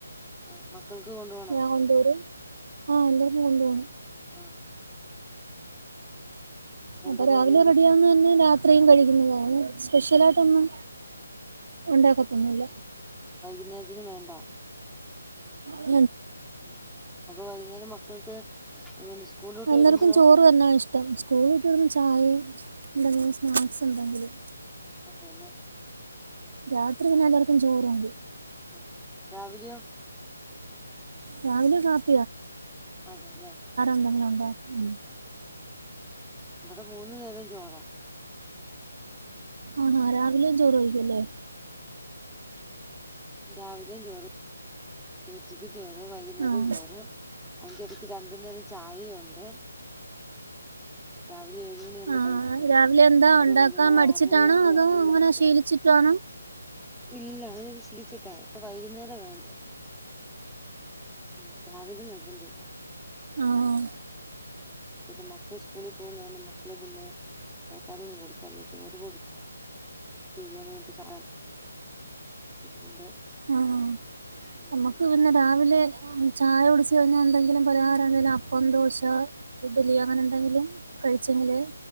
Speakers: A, in the centre; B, on the right.
A: ആഹ് മക്കൾക്ക് കൊണ്ടു പോണോ
B: ഞാൻ കൊണ്ട് വരും ആഹ് എല്ലാവരും കൊണ്ട് പോണം
A: ആഹ്
B: അപ്പൊ
A: എന്താ
B: രാവിലെ
A: കറിയെന്ന്
B: റെഡിയാവുന്ന് പറഞ്ഞ രാത് ഇത്രയും കഴിക്കുന്നതാണ് സ്പെഷ്യലായിട്ടൊന്നും ഉണ്ടാക്കത്തൊന്നുവില്ല
A: <unintelligible> വേണ്ട
B: ഉ
A: ഉം അപ്പൊ വൈകുന്നേരം മക്കൾക്ക് <unintelligible>
B: എല്ലാവർക്കും
A: വരുമ്പോഴോ
B: ചോറ് തന്നാ ഇഷ്ടം സ്കൂള് വിട്ട് വരുമ്പം ചായയും എന്തെങ്കിലും സ്നാക്സ് എന്തെങ്കിലും
A: അതെല്ലേ
B: രാത്രി പിന്നെ എല്ലാർക്കും ചോറു മതി
A: ആഹ് രാവിലെയോ
B: രാവിലെ കാപ്
A: അതെല്ലേ
B: എന്തെങ്കിലും ഉണ്ടാക്കും ഉം
A: ആഹ് ആ ആ ഇവിടെ മൂന്നു നേരം ചോറാ
B: ആഹ്ഹാ രാവിലേം ചോറ് കഴിക്കും അല്ലേ
A: രാവിലെയും ചോറ് ഉച്ചക്കും ചോറ് വൈകുന്നേരം
B: ആഹ്
A: ചോറ് അതിന്റെ ഇടക്ക് രണ്ടു നേരം ചായെയും ഉണ്ട് ഒരു ഏഴുമണിയാവുമ്പോ
B: ആഹ്
A: ചായ കുടിക്കും
B: രാവിലെ എന്താ
A: അപ്പ
B: ഉണ്ടാക്കാൻ
A: വൈകുന്നേരം
B: മടിച്ചിട്ടാണോ
A: ആറ് മണിയാവുമ്പോ
B: അതോ
A: വേറൊരു
B: അങ്ങനെ
A: ചായ ഉണ്ട്
B: ശീലിച്ചിട്ടാണോ
A: ഇല്ല അവര് ഇത് ശീലിച്ചിട്ട ഇപ്പ വൈകുന്നേരവ വേണ്ടത് ഉം രാവിലെ നിർബന്ധം ഇല്ല
B: ആഹ്
A: പിന്നെ മക്കള് സ്കൂളിൽ പോകും മക്കള് പിന്നെ <unintelligible> കൊടുക്കാറില്ല ചോറ് കൊടുക്കും <unintelligible> അതുകൊണ്ട്
B: ആഹ്
A: ഉം
B: നമ്മുക്ക്
A: ഉം
B: പിന്നെ രാവിലെ ചായ കുടിച്ച് കഴിഞ്ഞാൽ എന്തെങ്കിലും പലഹാരം എന്തേലും അപ്പം ദോശ ഇഡലി അങ്ങനെ എന്തെങ്കിലും കഴിച്ചെങ്കില്
A: ആ